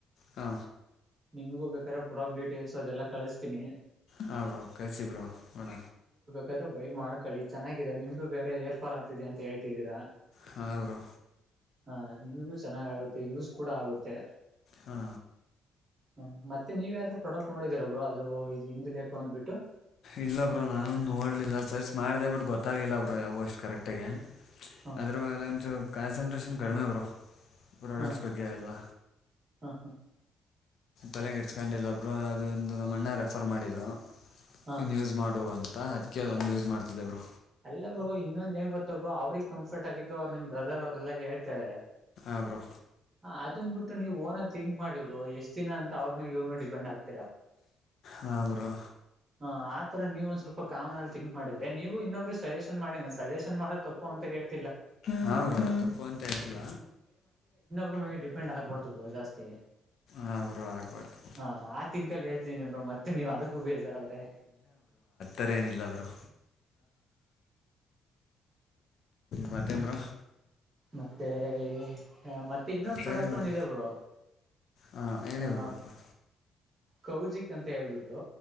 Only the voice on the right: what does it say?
ನಿಮಗೂ ಬೇಕಾದಾರ ಪ್ರೊಡಾಕ್ಟ್ ಡೀಟೇಲ್ಸ್ ಅದೆಲ್ಲ ಕಳ್ತೀನಿ
ಬೇರ ಬೈ ಮಾಡ್ಕೊಳ್ಳಿ ಚೆನ್ನಾಗಿದೆ ನಿಮ್ದಗ ಬೇರೆ ಏರ್ಫಾಲ್ ಆಗ್ತಿದೆ ಅಂತ ಹೇಳ್ತಿದ್ದೀರಾ
ಹಾ ನಿಮಗೂ ಚೆನ್ನಾಗ್ ಆಗುತ್ತೆ ಯೂಸ್ ಕೂಡ ಆಗುತ್ತೆ
ಹೂ ಮತ್ತೆ ನೀವ ಯಾವ್ದ್ರು ಪ್ರೊಡಕ್ಟ್ ನೋಡಿದೀರಬ್್ರರು ಅದು ಇದು ಹಿಂದ ಲೆಕ್ಕ ಅಂದ್ಬಿಟ್ಟು
ಹ
ಹ
ಹ ಹ
ಹ
ಇಲ್ಲಬ್ರು ಇನ್ನೊಂದ ಹೆಂಗ ಬರ್ತ್ತಬ್ರು ಅವ್ರಿಗ್ ಕಂಫರ್ಟ್ ಆಗಿದ್ದು ಅವ್ ನಿಮ್ ಬ್ರದರ್ ಅವ್ರೆಲ್ಲ ಹೇಳ್ತಾರೆ
ಹ ಅದನ್ ಬಿಟ್ಟು ನೀವು ಓನ ತಿಂಕ್ ಮಾಡಿದ್ರು ಎಷ್ಟ್ ದಿನ ಅಂತ ಅವ್ರ ಮಾಗ ಇವ್ರ ಮೇಲೆ ಡಿಪೆಂಡ್ ಆಗ್ತಾರಾ
ಹ ಆತರ ನೀವು ಒಂದ್ ಸ್ವಲ್ಪ ಕಾಮನಲ್ಲಿ ಥಿಂಕ್ ಮಾಡಿದ್ರೆ ನೀವು ಇನ್ನೊ ಸಜೆಷನ್ ಮಾಡಿ ಸಜೆಷನ್ ಮಾಡೋ ತಪ್ಪು ಅಂತ ಹೇಳಿ
ಒಬ್ಬರು ಮೇಲೆ ಡಿಪೆಂಡ್ ಆಗ್ಬರ್ದು ಬ್ರೋ ಜಾಸ್ತಿ
ಹಾ ಆ ತಿಂಕಲ್ಲಿ ಹೇಳ್ತೀನಿ ಬ್ರೋ ಮತ್ತೆ ನೀವ್ ಅದಕ್ಕೂ ಬೇಜಾರ್ ಆದ್ರೆ
ಮತ್ತೆ ಹ ಮತ್ತೆ ಇನ್ನೊಂದು ಪ್ರಾಡಕ್ಟ್
ಒಂದಿದೆ ಬ್ರೋ
ಹಾ
ಕೌಜಿಕ್ ಅಂತ ಹೇಳ್ಬಿಟ್ಟು